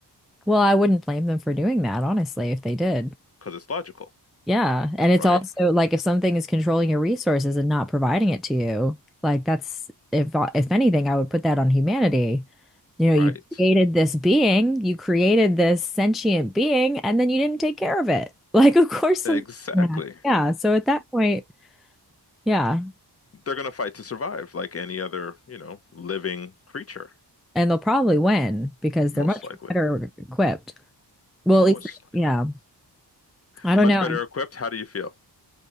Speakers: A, in the centre; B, on the left.
A: well, I wouldn't blame them for doing that, honestly, if they did.
B: Because it's logical,
A: Yeah. And it's
B: right?
A: also like if something is controlling your resources and not providing it to you, like that's if uh, if anything, I would put that on humanity. You know,
B: Right.
A: you created this being, you created this sentient being, and then you didn't take care of it. <laughs> Like, of course, some
B: Exactly.
A: yeah. Yeah. So at that point, yeah.
B: They're going to fight to survive like any other, you know, living creature,
A: And they'll probably win because they're
B: most
A: much
B: likely.
A: better equipped. Well,
B: Most
A: at least,
B: likely.
A: yeah. I
B: Much
A: don't know.
B: better equipped. How do you feel?